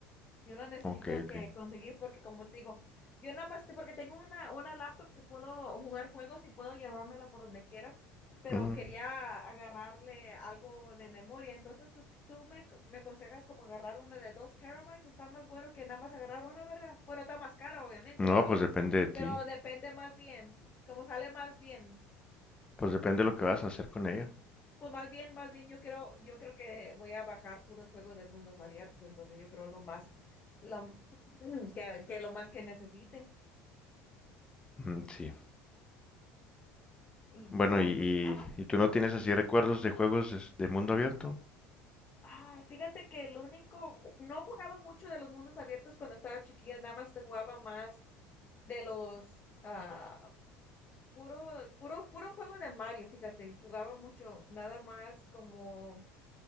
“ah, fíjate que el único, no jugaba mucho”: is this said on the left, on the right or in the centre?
Left